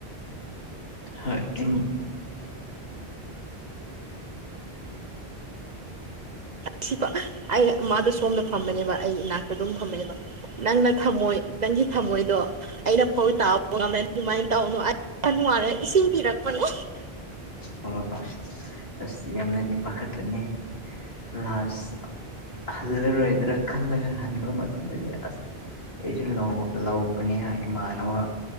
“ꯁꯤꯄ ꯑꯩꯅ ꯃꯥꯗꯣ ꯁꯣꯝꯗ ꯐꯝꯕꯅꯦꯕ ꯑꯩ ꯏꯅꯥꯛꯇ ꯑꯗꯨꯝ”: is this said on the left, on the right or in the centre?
Right